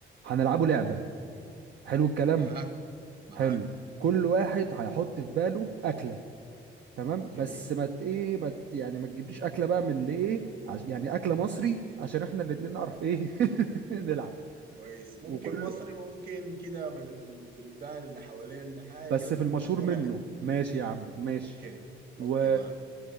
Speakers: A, on the right; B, on the right.
A: هنلعبه لعبة حلو الكلام
B: معاك معاك
A: حلو كل واحد هيحط في باله أكلة تمام
B: جميل
A: بس ما ت- ايه ما ت- يعني ما تجيبليش أكلة بقى من اللي ايه عش يعني أكلة مصري عشان احنا الاتنين نعرف ايه <laughs> نلعب
B: كويس ممكن
A: وكل
B: مصري ممكن كده من البلدان اللي حوالينا حاجة
A: بس
B: كده تكون
A: في المشهور
B: مشهورة
A: منه
B: يعني
A: ماشي يا عم ماشي
B: اوكي
A: و...
B: اوكي معاك